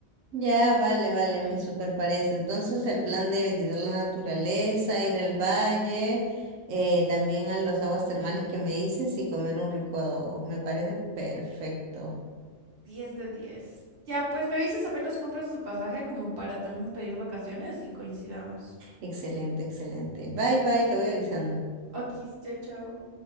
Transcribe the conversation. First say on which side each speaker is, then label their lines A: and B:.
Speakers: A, on the right; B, on the right.
A: Ya, vale, vale, me super parece. Entonces el plan de visitar la naturaleza, ir al valle, eh, también a los aguas termales que me dices y comer un rico adobo, me parece perfecto.
B: diez de diez Ya, pues me avisas apenas compras tu pasaje como para también pedir vacaciones y coincidamos.
A: Excelente, excelente. Bye, bye, te voy avisando.
B: Ok, chao, chao.